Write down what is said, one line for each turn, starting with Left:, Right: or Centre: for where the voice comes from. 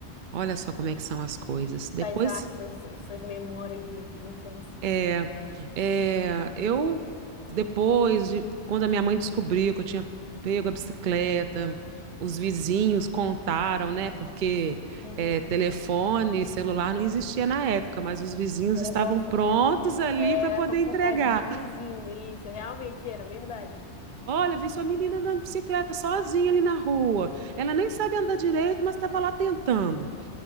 Right: olha só como é que são as coisas. Depois
Left: Essas artes, essas, essas memórias de, de infância.
Right: É, é, eu, depois de quando a minha mãe descobriu que eu tinha pego a bicicleta, os vizinhos contaram, né? Porque
Left: Uhum.
Right: é, telefone, celular não existia na época, mas os vizinhos
Left: Era
Right: estavam
Left: fofo,
Right: prontos
Left: é-
Right: ali
Left: é,
Right: para
Left: era
Right: poder
Left: fofocagem
Right: entregar.
Left: de vizinho, isso, realmente era verdade.
Right: Olha, vi sua menina andando de bicicleta sozinha ali na rua. Ela nem sabe andar direito, mas estava lá tentando.